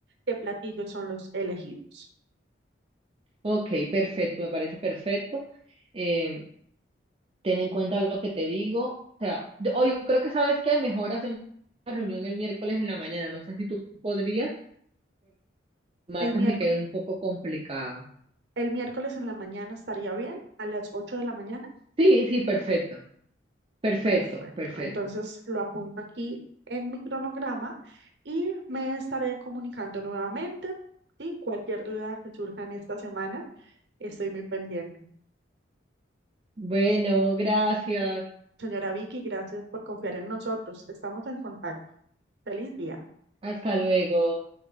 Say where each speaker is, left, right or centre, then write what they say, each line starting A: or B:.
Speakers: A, on the right; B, on the right.
A: qué platillos son los elegidos.
B: Ok, perfecto, me parece perfecto. Eh, ten en cuenta lo que te digo. O sea, yo- o yo creo que sabes que mejor hacemos la reunión el miércoles en la mañana. No sé si tú podrías. Martes
A: El miércoles,
B: me quedó un poco complicado.
A: el miércoles en la mañana estaría bien, a las 8 de la mañana.
B: Sí, sí, perfecto. Perfecto,
A: Perfecto.
B: perfecto.
A: Entonces lo apunto aquí en mi cronograma y me estaré comunicando nuevamente. y Cualquier duda que surja en esta semana, estoy muy pendiente.
B: Bueno, gracias.
A: Señora Vicky, gracias por confiar en nosotros. Estamos en contacto. Feliz día.
B: Hasta luego.